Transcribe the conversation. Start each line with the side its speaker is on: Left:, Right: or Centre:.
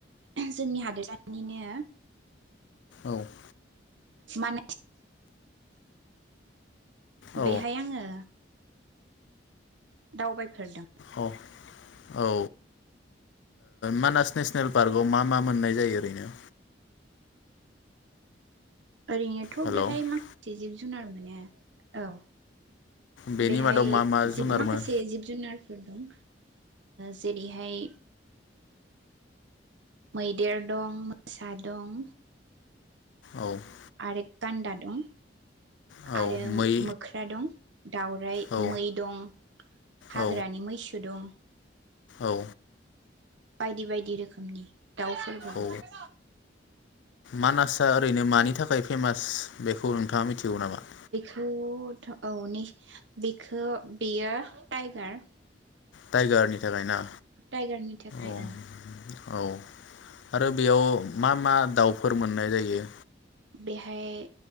Right: जोंनि हादोरानिनो।
Left: औ। <inaudible>
Right: माने <inaudible>
Left: औ
Right: बेहाय आङो दावबायफेरदों।
Left: औ औ मानास नेसनेल पार्कआव मा मा मोननाय जायो ओरैनो
Right: ओरैनोथ'
Left: हेल'
Right: बेहाय
Left: औ
Right: माखासे जिब जुनार मोनो औ।
Left: बेनि
Right: बेहाय
Left: मादाव मा मा
Right: जि
Left: जुनार
Right: माखासे
Left: मोनो
Right: जिब जुनार दं जेरैहाय मैदेर दं मोसा दं।
Left: औ। <inaudible>
Right: आरो गान्दा दं।
Left: औ
Right: आरो
Left: मै
Right: मोख्रा दं दाावराइ
Left: औ
Right: मै दं हाग्रानि
Left: औ
Right: मैसो दं।
Left: औ।
Right: बायदि बायदि रोखोमनि दाउफोरबो दं।
Left: औ मानासआ ओरैनो मानि थाखाय फेमास बेखौ नोंथाङा मिथि मिथिगौ नामा <inaudible>
Right: बे औ बेखौ बेयो टाइगार।
Left: टाइगारनि थाखाय ना।
Right: टाइगारनि थाखाय
Left: औ
Right: अ।
Left: औ आरो बेयाव मा मा दाउफोर मोननाय जायो?
Right: बेहाय